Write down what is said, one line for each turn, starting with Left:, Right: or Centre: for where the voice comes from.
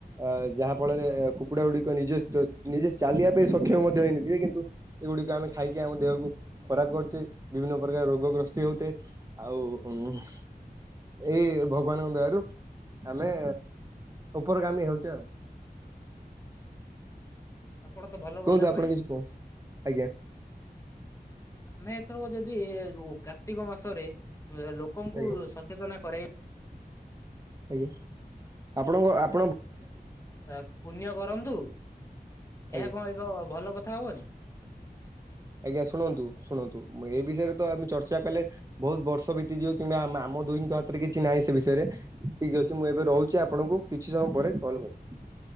Right: ଅ ଯାହା ଫଳରେ କୁକୁଡା ଗୁଡିକ ନିଜତ୍ଵ ନିଜେ ଚାଲିବା ପାଇଁ ସକ୍ଷମ ମଧ୍ୟ ହେଇନଥିବେ କିନ୍ତୁ ଏଗୁଡିକ ଆମେ ଖାଇକି ଆମ ଦେହକୁ ଖରାପ କରୁଛେ ବିଭିନ୍ନ ପ୍ରକାର ରୋଗ ଗ୍ରସ୍ତି ହଉଥେ ଆଉ ଉ ହୁ ଏଇ ଭଗବାନଙ୍କ ଦୟାରୁ ଆମେ ଉପରକାମି ହେଉଛେ ଆଉ
Left: ଆପଣ ତ ଭଲ
Right: କୁହନ୍ତୁ
Left: କଥା କହିଲେ।
Right: ଆପଣ କିଛି କୁହନ୍ତୁ ଆଜ୍ଞା
Left: ଆମେ ଏଥରକ ଯଦି କାର୍ତ୍ତିକ ମାସରେ ଲୋକଙ୍କୁ
Right: ଆଜ୍ଞା
Left: ସଚେତନା କରାଇବା।
Right: ଆଜ୍ଞା ଆପଣଙ୍କ ଆପ
Left: ଆ ପୁଣ୍ୟ କରନ୍ତୁ ଏହା
Right: ଆଜ୍ଞା।
Left: କଣ ଏକ ଭଲ କଥା ହବନି।
Right: ଆଜ୍ଞା ଶୁଣନ୍ତୁ ଶୁଣନ୍ତୁ ଏ ବିଷୟରେ ତ ଆମେ ଚର୍ଚ୍ଚା କଲେ। ବହୁତ ବର୍ଷ ବିତିଯିବ କିମ୍ବା ଆମ ଦୁହିଙ୍କ ହାତରେ କିଛି ନାହିଁ ସେ ବିଷୟରେ। ଠିକ୍ ଅଛି ମୁଁ ଏବେ ରହୁଛି ଆପଣଙ୍କୁ କିଛି ସମୟ ପରେ କଲ୍ କରିି